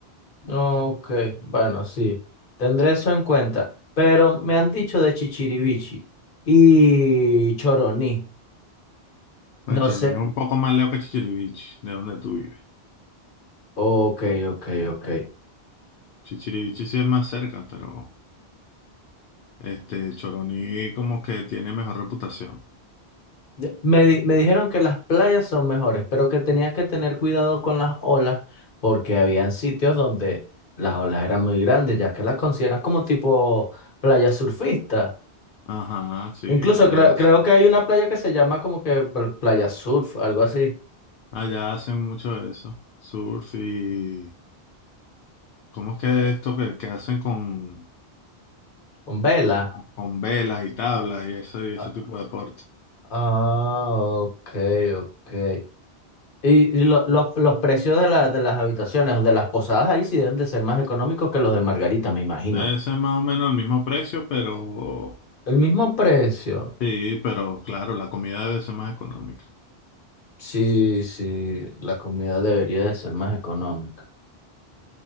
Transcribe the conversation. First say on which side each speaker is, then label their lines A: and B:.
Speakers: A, on the left (about 55°); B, on the left (about 70°).
A: Ok, bueno, sí. Tendré eso en cuenta. Pero me han dicho de Chichiribichi y Choroní.
B: Bueno,
A: No
B: Choroní
A: sé.
B: es un poco más lejos que Chichiriviche, de donde tú vives.
A: Ok, ok, ok.
B: Chichiriviche sí es más cerca, pero... Este, Choroní como que tiene mejor reputación.
A: De- Me, di- me dijeron que las playas son mejores, pero que tenías que tener cuidado con las olas porque habían sitios donde las olas eran muy grandes, ya que las consideras como tipo playa surfista.
B: Ajá, sí,
A: Incluso
B: allá,
A: cre-
B: hacen-
A: creo que hay una playa que se llama como que pl- playa surf, algo así,
B: allá hacen mucho de eso. Surf y... ¿Cómo es que esto que, que hacen con,
A: con vela.
B: con, con velas y tablas y ese, y ese
A: Ah,
B: tipo de deporte?
A: ah, ok, ok. Y, y lo- los los precios de, la- de las habitaciones o de las posadas ahí sí deben de ser más económicos que los de Margarita, me imagino.
B: Debe ser más o menos el mismo precio, pero...
A: El mismo precio.
B: Sí, pero claro, la comida debe ser más económica.
A: Sí, sí, la comida debería de ser más económica.